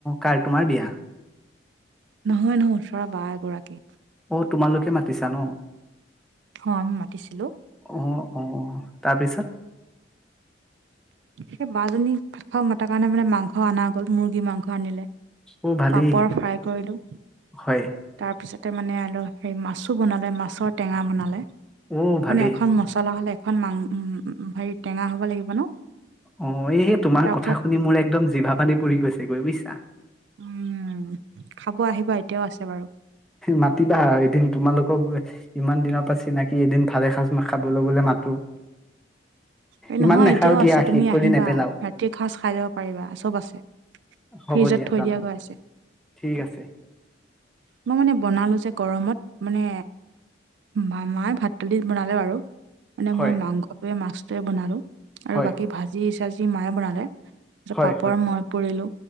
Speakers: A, in the centre; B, on the right.
A: কাৰ তোমাৰ বিয়া?
B: নহয় নহয় ওচৰৰ বা এগৰাকী
A: অ তোমালোকে মাতিছা ন
B: হয় আমি মাতিছিলো
A: অ অ অ তাৰপিছত
B: সেই বা জনীক মাতাৰ কাৰণে মানে মাংস অনা গ'ল মুৰ্গী মাংস আনিলে
A: অ ভালেই
B: পাপৰ ফ্ৰাই কৰিলো
A: হয়
B: তাৰপিছতে মানে আৰু হে মাছো বনালে মাছৰ টেঙা বনালে
A: অ ভালেই
B: মানে এখন মচলা হ'লে এখন মাং উ হেৰি টেঙা হ'ব লাগিব ন
A: অ এই তোমাৰ
B: তাৰপিছত
A: কথা শুনি মোৰ একদম জিভা পানি পঢ়ি গৈছেগে বুজিছা
B: উম খাব আহিবা এতিয়াও আছে বাৰু
A: মাতিবা এদিন তোমালোকক ইমান দিনৰ পৰা চিনাকি এদিন ভালে সাজ খাবলৈ গলে মাতো
B: এই
A: ইমান
B: নহয়
A: নাখাও
B: এতিয়াও
A: দিয়া
B: আছে তুমি
A: শেষ কৰি
B: আহিবা
A: নেপেলাও
B: ৰাতিৰ সাজ খাই যাব পাৰিবা চব আছে
A: হ'ব
B: ফ্ৰিজত থৈ
A: যাম
B: দিয়া গৈ আছে
A: ঠিক আছে
B: মই মানে বনালো যে গৰমত মানে মামাই ভাত পানী বনালে বাৰু মানে
A: হয়
B: মই মাংসটোৱে মাছটোৱে বনালো আৰু
A: হয়
B: বাকী ভাজি চাজি মায়ে বনালে
A: হয়
B: পাপৰ
A: হয়
B: মই পুৰিলো